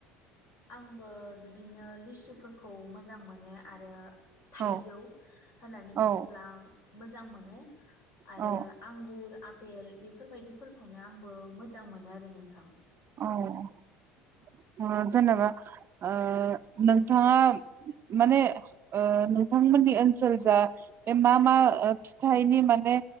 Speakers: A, on the left; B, on the right.
A: आंबो बिदिनो लिसुफोरखौ मोजां मोनो आरो थाइजौ
B: औ
A: होननानै
B: औ
A: बुङोब्ला मोजां मोजां मोनो आरो
B: औ
A: आंगुर बेल्ट बेफोरबायदिफोरखौनो आंबो मोजां मोनो आरो नोंथां
B: औ जेनेबा ओ नोंथाङा माने ओ नोंथांमोननि ओनसोल जा बे मा मा फिथाइनि माने